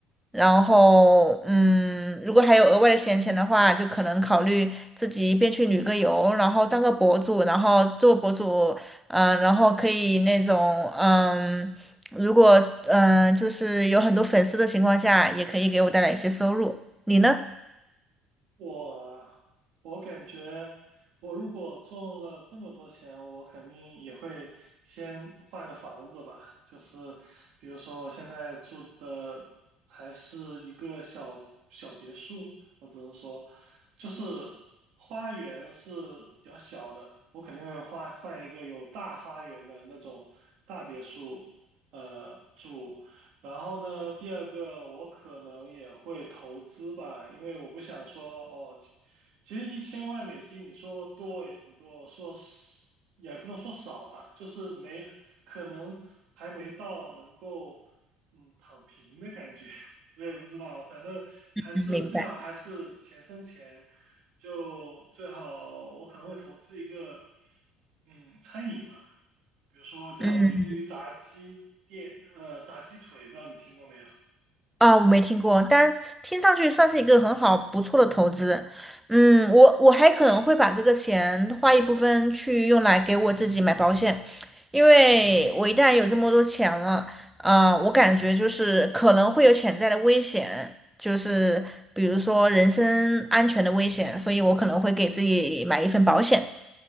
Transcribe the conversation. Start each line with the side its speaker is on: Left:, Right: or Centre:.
Centre: 然后嗯，如果还有额外的闲钱的话，就可能考虑自己一边去旅个游，然后当个博主，然后做博主，嗯、然后可以那种嗯，如果嗯、呃就是有很多粉丝的情况下，也可以给我带来一些收入。你呢？
Right: 我我感觉，我如果中了这么多钱，我肯定也会先换个房子吧。就是比如说，我现在住的还是一个小小别墅，我只能说，就是花园是比较小的，我肯定会换换一个有大花园的那种大别墅，呃，住。然后呢，第二个我可能也会投资吧，因为我不想说哦，其其实一千万美金你说多也挺多，说少也不能说少吧，就是没可能还没到能够嗯躺平的感觉，<laughs> 我也不知道，反正还是最好还是钱生钱，
Centre: 嗯，明白。
Right: 就最好我可能会投资一个嗯餐饮吧。比如说叫鲮鱼炸鸡店，
Centre: 嗯。
Right: 呃，炸鸡腿，不知道你听过没有
Centre: 啊，我没听过，但听上去算是一个很好不错的投资。嗯，我我还可能会把这个钱花一部分去用来给我自己买保险，因为我一旦有这么多钱了，啊、我感觉就是可能会有潜在的危险，就是比如说人身安全的危险，所以我可能会给自己买一份保险。